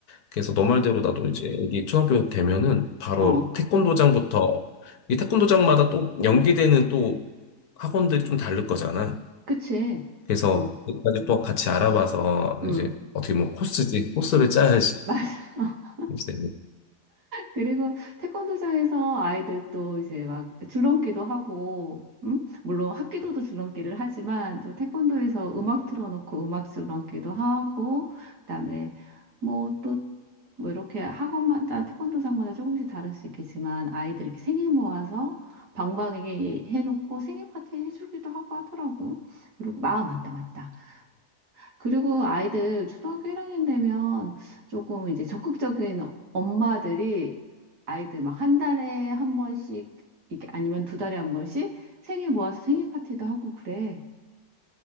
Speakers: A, on the left; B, on the right.
A: 그래서 너 말대로 나도 이제 여기 초등학교 되면은 바로
B: 어.
A: 태권도장부터 이 태권도장마다 또 연계되는 또 학원들이 좀 다를 거잖아.
B: 그치.
A: 그래서
B: 어.
A: 그까지 또 같이 알아봐서
B: 응.
A: 이제 어떻게 보면 코스지 코스를 짜야지.
B: 맞아. <laughs>
A: 이제 내면.
B: 그리고 태권도장에서 아이들 또 이제 막 줄넘기도 하고, 음? 물론 학기도도 줄넘기를 하지만 또 태권도에서 음악 틀어놓고 음악 줄넘기도 하고, 그다음에 뭐또 뭐 이렇게 학원마다 태권도장마다 조금씩 다를 수 있겠지만 아이들 이렇게 생일 모아서 방방이게 해놓고 생일 파티 해주기도 하고 하더라고. 그리고 마음 맞다 맞다. 그리고 아이들 초등학교 1학년 되면 조금 이제 적극적인 엄마들이 아이들 막 한 달에 한 번씩 이렇게 아니면 두 달에 한 번씩 생일 모아서 생일 파티도 하고 그래.